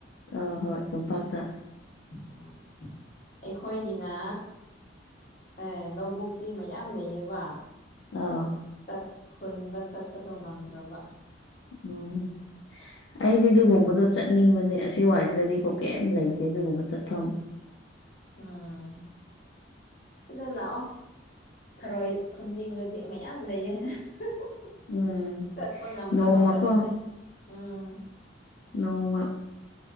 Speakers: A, on the left; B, on the left.
A: ꯑꯥ ꯍꯣꯏ ꯇꯝꯄꯥꯛꯇ
B: <unintelligible> ꯑꯩꯈꯣꯏꯒꯤꯅ ꯑꯦ ꯂꯧꯕꯨꯛꯇꯤ ꯃꯌꯥꯝ ꯂꯩꯌꯦꯕ
A: ꯑꯥꯎ
B: ꯑꯗꯨ ꯈꯨꯟꯕ ꯆꯠꯄꯗꯣ ꯉꯝꯗ꯭ꯔꯕ
A: ꯎꯝ ꯑꯩꯗꯤ ꯑꯗꯨꯒꯨꯝꯕꯗꯣ ꯆꯠꯅꯤꯡꯕꯅꯦ ꯑꯁꯤ ꯋꯥꯏꯁꯤꯗꯗꯤ ꯀꯣ ꯀꯩꯝ ꯂꯩꯇꯦ ꯑꯗꯨꯒꯨꯝꯕ ꯆꯠꯐꯝ
B: ꯑꯥ ꯁꯤꯗ ꯂꯥꯛꯑꯣ ꯊꯔꯣꯏ ꯈꯨꯅꯤꯡꯔꯗꯤ ꯃꯌꯥꯝ ꯂꯩꯌꯦ <unintelligible>
A: ꯎꯝ
B: ꯆꯠꯄ ꯉꯝꯗꯕ
A: ꯅꯣꯡꯃꯀꯣ
B: ꯈꯛꯇꯅꯦ ꯎꯝ
A: ꯅꯣꯡꯃ